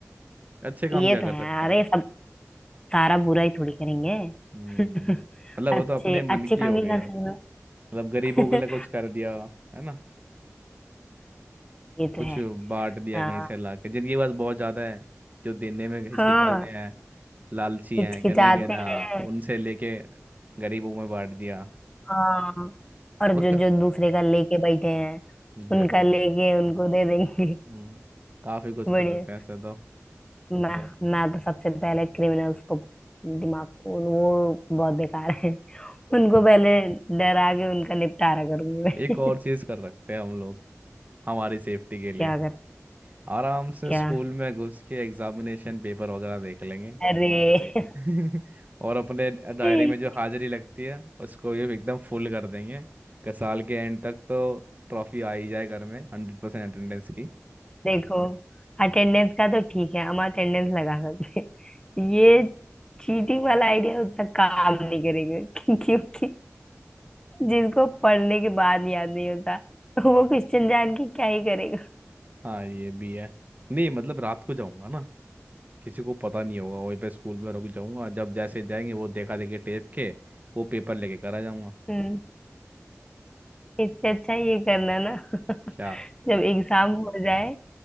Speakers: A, on the right; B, on the left.
A: अच्छे काम
B: ये
A: क्या
B: तो
A: कर
B: है
A: सकते हैं
B: अरे सब सारा बुरा ही थोड़ी करेंगे
A: हम्म
B: <laughs>
A: मतलब वो
B: अच्छे
A: तो अपने मन
B: अच्छे
A: की
B: काम
A: हो
B: ही
A: गया
B: कर सकते हैं।
A: मतलब गरीबों
B: <laughs>
A: के
B: अरे,
A: लिए कुछ कर दिया है ना
B: ये तो
A: कुछ
B: है
A: बांट दिया
B: हाँ
A: कहीं से लाके जिनके पास बहुत ज्यादा है जो देने में हिचकिचाते
B: हाँ,
A: हैं लालची
B: हिचकिचाते
A: हैं क्या नहीं देना
B: हैं
A: उनसे लेके गरीबों में बांट दिया
B: हाँ और
A: Okay
B: जो जो दूसरे का लेके बैठे हैं
A: exactly.
B: उनका लेके उनको दे देंगे
A: हम्म काफी कुछ
B: <laughs>
A: कर
B: बढ़िया
A: सकते हैं ऐसे तो
B: मैं मैं तो सबसे पहले क्रिमिनल्स को दिमाग को वो बहुत बेकार है <laughs> उनको पहले डरा के उनका निपटारा करूंगी मैं
A: एक और चीज कर सकते हैं हम लोग हमारी सेफ्टी
B: <laughs>
A: के लिए
B: क्या कर
A: आराम से
B: क्या
A: स्कूल में घुस के एग्जामिनेशन पेपर वगैरह देख लेंगे
B: अरे
A: <laughs> और अपने डायरी
B: <laughs>
A: में जो हाजिरी लगती है उसको भी एकदम फुल कर देंगे कि साल के एंड तक तो ट्रॉफी आ ही जाए घर में हंड्रेड परसेंट अटेंडेंस की
B: देखो अटेंडेंस का तो ठीक है हम अटेंडेंस लगा सकते हैं ये चीटिंग वाला आइडिया उतना काम नहीं करेगा <laughs> क्योंकि जिसको पढ़ने के बाद याद नहीं होता वो क्वेश्चन जान के क्या ही करेगा
A: हाँ ये भी है नहीं मतलब रात को जाऊंगा ना किसी को पता नहीं होगा वहीं पे स्कूल में रुक जाऊंगा जब जैसे जाएंगे वो देखा देखी टेप के वो पेपर लेके करा जाऊंगा
B: हम्म इससे अच्छा ये करना ना <laughs>
A: क्या
B: जब एग्जाम हो जाए